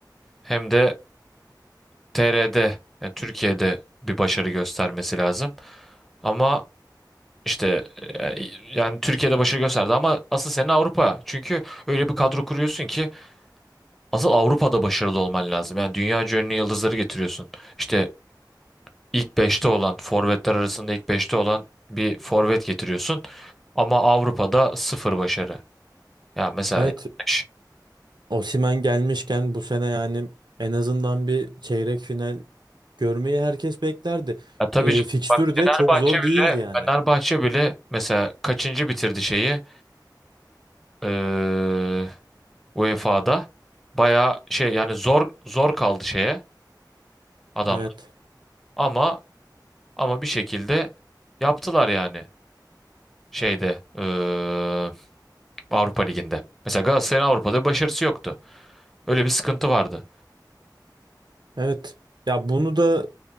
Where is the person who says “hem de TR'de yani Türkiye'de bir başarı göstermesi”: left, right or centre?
Centre